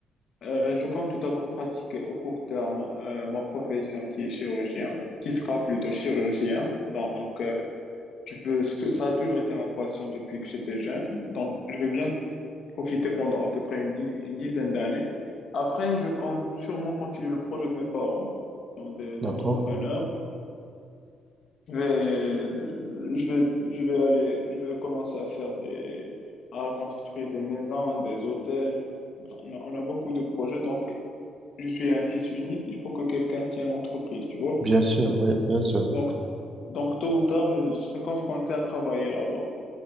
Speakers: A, on the left; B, on the right.
A: Euh, je compte tout d'abord pratiquer au court terme euh, ma profession qui est chirurgien, qui sera plutôt chirurgien. Donc, euh, je veux, ça a toujours été ma passion depuis que j'étais jeune. Donc, je veux bien profité pendant à peu près une, di- une dizaine d'années. Après, je compte sûrement continuer le projet de mes parents, qui sont des
B: D'accord?
A: entrepreneurs. Je vais, je vais, je vais aller, je vais commencer à faire des, à construire des maisons, des hôtels. On a, on a beaucoup de projets, donc je suis un fils unique. Il faut que quelqu'un tienne l'entreprise, tu vois.
B: Bien sûr, oui, bien sûr.
A: Donc, donc tôt ou tard, je serai confronté à travailler là-bas.